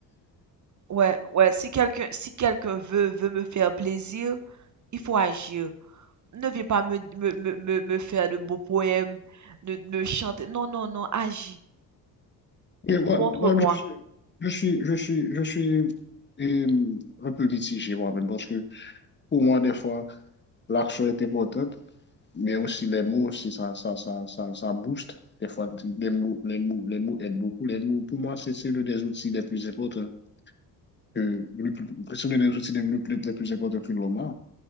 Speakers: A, on the right (about 35°); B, on the left (about 20°).
A: Ouais, ouais, si quelqu'un si quelqu'un veut veut me faire plaisir, il faut agir. Ne viens pas me me, me, me, me faire de beaux poèmes, de me chanter. Non, non, non, agis.
B: Et moi,
A: Montre-moi.
B: moi, je suis, je suis, je suis, je suis euh, un peu mitigé moi-même parce que pour moi, des fois, l'action est importante, mais aussi les mots, aussi, ça, ça, ça, ça, ça booste. Des fois, les mots, les mots, les mots aident beaucoup. Les mots, pour moi, c'est c'est l'un des outils les plus importants que, le plus- c'est l'un des outils les, plus les plus importants que l'homme a.